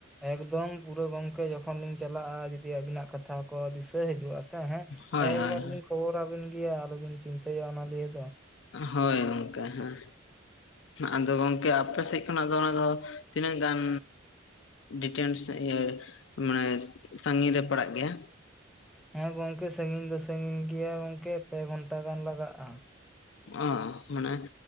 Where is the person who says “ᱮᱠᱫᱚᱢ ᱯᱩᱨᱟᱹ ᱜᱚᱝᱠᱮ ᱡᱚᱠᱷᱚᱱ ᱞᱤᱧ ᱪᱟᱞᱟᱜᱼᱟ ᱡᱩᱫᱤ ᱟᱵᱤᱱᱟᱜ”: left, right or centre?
Centre